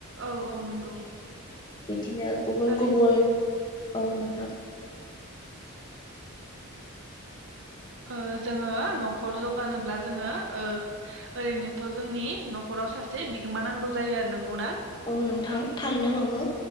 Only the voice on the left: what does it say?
बिदिनो गुबुन-गुबुन
औ नोंथां
औ नोंथां थारैनो नंगौ